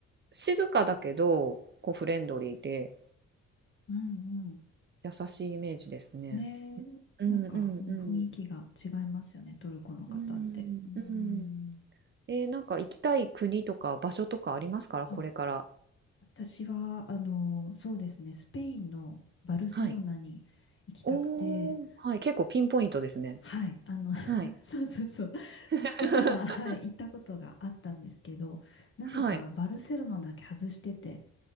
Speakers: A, on the right; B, on the left.
A: 静かだけど、こうフレンドリーで、
B: うん、うん。
A: 優しいイメージですね。
B: ねえ、
A: うんうんうん。
B: なんか、うん、雰囲気が違いますよね、トルコの方って。
A: うんうん。
B: うん、
A: えー、なんか行きたい国とか場所とかありますから、
B: あ
A: これから。
B: 私は、あの、そうですね、スペインのバルセロナに行きたくて、
A: はい。おーはい、結構ピンポイントですね。
B: はい、あの、<laughs>
A: はい。
B: そうそうそう、
A: <laughs>
B: スペインは、はい、行ったことがあったんですけど、なぜかバルセロナだけ外してて、
A: はい。